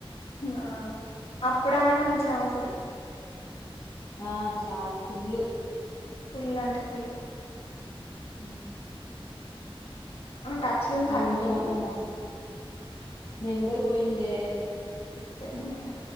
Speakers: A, on the left; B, on the left.
A: ఆ అప్పుడు ఆమె మంచి ఆమె అసలు
B: ఆ చా ఫుల్లు
A: ఫుల్ అంటే ఫుల్లు.
B: ఉం
A: ఆమె టచ్ లో ఉందా
B: ఆమె ఉంటే
A: నీకు
B: మాత్రం మస్తుఉండు నెంబరు పోయిందే.
A: పోయిందా.